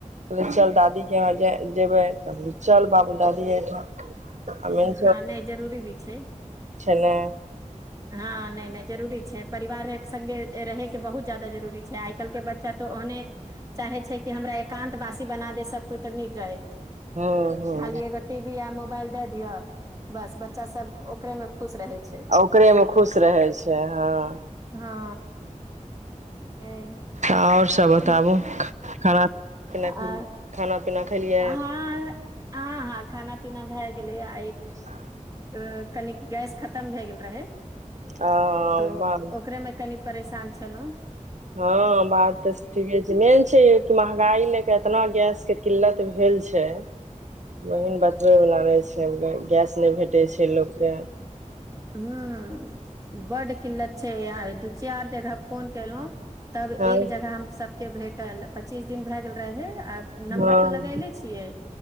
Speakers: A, on the right (about 65°); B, on the right (about 25°).
A: कहल चल दादीे यहाँ जेबै त चल बाबू दादी एहिठाम आ मेन
B: हँ नहि जरूरी भी छै
A: खेला
B: हँ नहि नहि जरूरी छै परिवार सङ्गे रहैके बहुत जादा जरूरी छै आइ काल्हि के बच्चा तऽ ओहने चाहे छै कि हमरा एकानं्त बासी बना दे सबकछ तऽ नीक रहै
A: हूं हूं
B: खाली एकग ी भी य मोबइल द दिअ बस बच्चा सब ओकरेमे खुश रहै छै
A: ओकरे मे खुश रहै छै हँ
B: हँ ए
A: आओर सब बताबू
B: कि
A: पनााकि
B: आ,
A: खाना पीना खेलियै
B: हँ ह ह खाना पीना भए गेल गेलै आइ
A: ह
B: अ कनी गैस खतम भए गेल रहै
A: आ
B: तऽ ओकरेमे कनि परेशान छलहुँ
A: हँ बात तऽ ठीके छै मेन महंगाई ले के एतना गैस के किल्लत भेल छै बहिन बतबै बला नहि छै गैस नहि भेटै छै लोकके
B: ह बड किल्लत छै आार दू चार जगह फोन कलहुँ तब एक
A: हँ
B: जगह हम सभके भेटल पच्चीस दिन भए गेल रहै आ नम्बर
A: हँ
B: तऽ लगैले छियै